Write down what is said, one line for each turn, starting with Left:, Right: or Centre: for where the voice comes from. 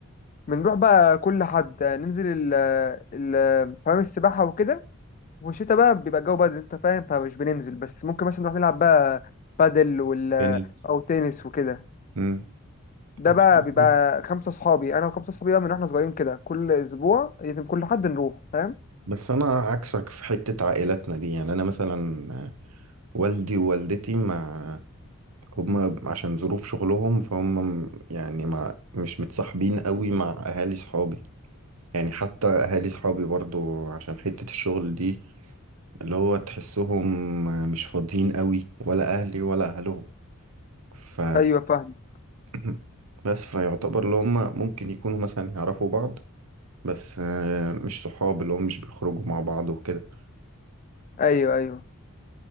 Left: بنروح بقى كل حد آه، ننزل ال- ال- حمام السباحه وكده والشتا بقى بيبقى الجو بقى زي انت فاهم فمش بننزل بس ممكن مثلا نروح نلعب بقى بادل وال
Right: يعني
Left: او تنس وكده
Right: م.
Left: ده
Right: طب
Left: بقى
Right: حلو.
Left: بيبقى خمسة صحابي انا وخمسة صحابي بقى من واحنا صغيرين كده كل اسبوع لازم كل حد نروح فاهم
Right: بس انا عكسك في حتة عائلاتنا دي يعني انا مثلا والدي ووالدتي مع هما عشان ظروف شغلهم فهم م- يعني مع مش متصاحبين قوي مع اهالي صحابي يعني حتى اهالي صحابي برضو عشان حتة الشغل دي اللي هو تحسهم مش فاضيين قوي ولا اهلي ولا اهلهم ف
Left: ايوه فاهم
Right: <clears throat> بس فيعتبر اللي هم ممكن يكونوا مثلا يعرفوا بعض بس آه، مش صحاب اللي هم مش بيخرجوا مع بعض وكده
Left: ايوه ايوه